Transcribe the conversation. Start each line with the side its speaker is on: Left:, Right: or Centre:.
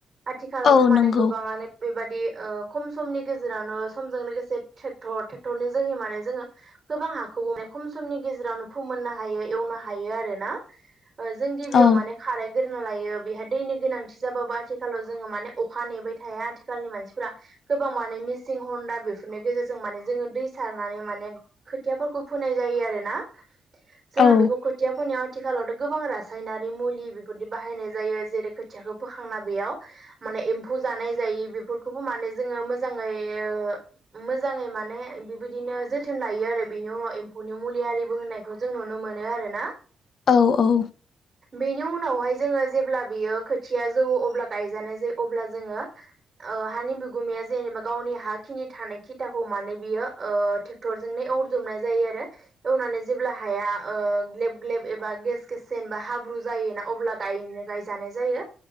Right: आथिखालावथ'
Left: औ
Right: माने
Left: नंगौ
Right: गोबाङानो बेबादि खम समनि गेजेरावनो समजों लोगोसे ट्रेक्टर ट्रेक्टरनि जोहै माने जोङो गोबां हाखौबो माने खम समनि गेजेरावनो फोमोननो हायो एवनो हायो आरो ना जों गिबियाव
Left: औ
Right: माने खाराय गोरोना लायो बेहा दैनि गोनांथि जाबाबो आथिखालाव जोङो माने अखा नेबाय थाया आथिखालनि मानसिफोरा गोबां माने मिसिं हन्दा बेफोरनि गेजेरजों माने जोङो दै सारनानै माने खोथियाफोरखौ फोनाय जायो आरो ना जोंहा
Left: औ
Right: बेखौ खोथिया फोनायाव आथिखालावथ' गोबां रासायनारि मुलि बेफोरदि बाहायनाय जायो जेरै खोथियाखौ फोखांना बेयाव माने एम्फौ जानाय जायि बेफोरखौबो माने जोङो मोजाङै ओ। मोजाङै माने बिबिदिनो जोथोन लायो आरो बिनि उनाव एम्फौनि मुलि आरिबो होनाय बेखौ जों नुनो मोनो आरो ना।
Left: औ औ
Right: बेनि उनावहाय जोङो जेब्ला बेयो खोथिया जौओ अब्ला गायजानाय जायो अब्ला जोङो ओ हानि बि गुमाया जेनेबा गावनि हााखिनि थानाय खिथाखौ माने बियो ओ ट्रेक्टरजोंनो एवजोबनाय जायो आरो। एवनानै जेब्ला हाया ओ ग्लेब ग्लेब एबा गेस गेस जेनेबा हाब्रु जायोना अब्ला गायनो गायजानाय जायो